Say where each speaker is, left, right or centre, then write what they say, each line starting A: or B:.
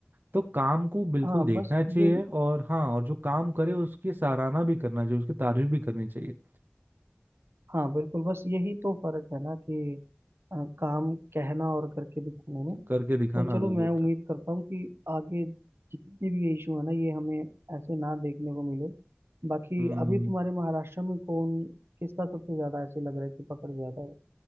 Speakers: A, on the right (about 55°); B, on the right (about 80°).
A: तो काम को बिल्कुल
B: हाँ
A: देखना
B: बस
A: चाहिए
B: यही
A: और हाँ और जो काम करे उसकी सराहना भी करना चाहिए उसकी तारीफ भी करनी चाहिए
B: हाँ बिल्कुल बस यही तो फर्क है ना कि अ, काम कहना और करके दिखाने में
A: करके दिखाना
B: तो चलो
A: अलग
B: मैं
A: होता
B: उम्मीद
A: है
B: करता हूँ कि आगे जितने भी ये इशू है ना ये हमें ऐसे ना देखने को मिले बाकी
A: हम्म
B: अभी तुम्हारे महाराष्ट्र में कौन किसका सबसे ज्यादा ऐसे लग रहा है कि पकड़ ज्यादा है